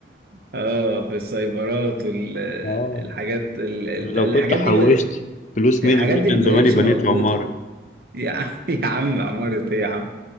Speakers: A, on the right; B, on the left.
A: اه في السايبرات والحاجات
B: اه
A: الحاجات
B: لو كنت حوشت
A: دي بق-
B: فلوس
A: الحاجات
B: ميدل دي
A: دي
B: كان
A: ما
B: زماني
A: بقتش
B: بنيت
A: موجودة
B: عمارة
A: يا عم <laughs> يا عم عمارة ايه يا عم